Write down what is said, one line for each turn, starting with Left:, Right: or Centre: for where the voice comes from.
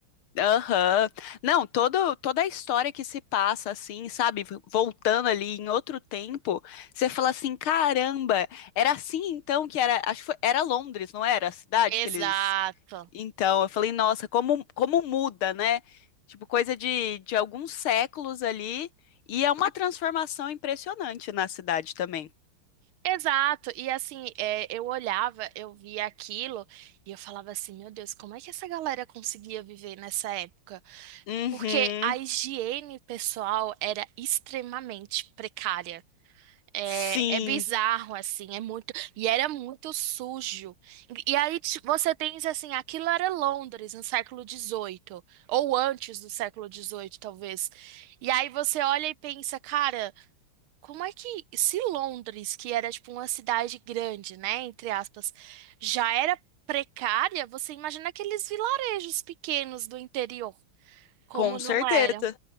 Left: Aham. Não, todo, toda a história que se passa, assim, sabe? Voltando ali em outro tempo, você fala assim: caramba, era assim então que era. Acho que foi, era Londres, não era? A cidade
Right: Exato.
Left: que eles. Então, eu falei: nossa, como, como muda, né? Tipo, coisa de, de alguns séculos ali. E é uma transformação impressionante na cidade também.
Right: Exato, e assim, é, eu olhava, eu via aquilo e eu falava assim, meu Deus, como é que essa galera conseguia viver nessa época?
Left: Uhum.
Right: Porque a higiene pessoal era extremamente precária. É,
Left: Sim,
Right: é bizarro, assim, é muito. E era muito sujo. E, e aí ti- você pensa assim, aquilo era Londres no século XVIII, ou antes do século XVIII, talvez. E aí você olha e pensa, cara. Como é que, se Londres, que era tipo uma cidade grande, né, entre aspas, já era precária, você imagina aqueles vilarejos pequenos do interior, como
Left: com certeza.
Right: não eram?